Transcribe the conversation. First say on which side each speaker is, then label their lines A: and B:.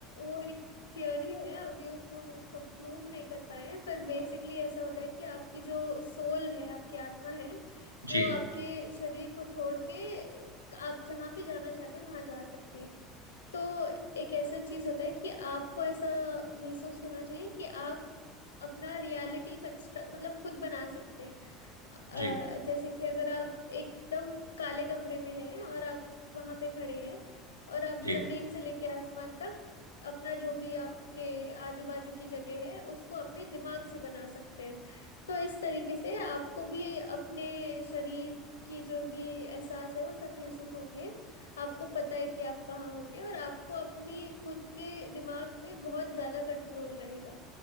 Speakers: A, on the left; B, on the right.
A: वो एक थियोरी है अभी उसको सब प्रूव नहीं कर पाए हैं पर बेसिकली ऐसा होता है कि आपकी जो सोल है आपकी आत्मा है
B: जी,
A: वो आपके शरीर को छोड़ के आप जहाँ भी जाना चाहते हैं वहां जा सकती है तो एक ऐसा चीज होता है कि आपको ऐसा महसूस होना चाहिए कि आप अपना रियलिटी कंस्ट्रक्ट मतलब खुद बना सकते हैं अ,
B: जी,
A: जैसे कि अगर आप एकदम काले कमरे में हैं और आप वहां पे खड़े हैं और आप
B: जी,
A: जमीन से लेके आसमान तक अपना जो भी आपके आजू बाजू की जगह है उसको अपने दिमाग से बना सकते हैं तो इस तरीके से आपको भी अपने शरीर की जो भी एहसास है वो सब महसूस होंगे आपको पता है कि आप कहाँ होगे और आपको अपनी खुद के दिमाग पे बहुत ज्यादा कंट्रोल रहेगा